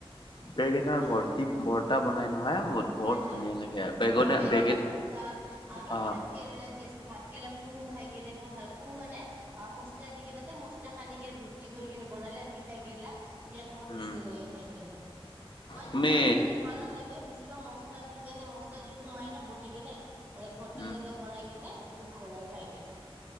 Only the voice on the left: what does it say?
বেঙেনাৰ
ভৰ্তি ভৰ্তা বনাই নহয় বহুত বহুত
ধুনীয়া লাগে
বেঙেন
অ
উম
তুমি
উম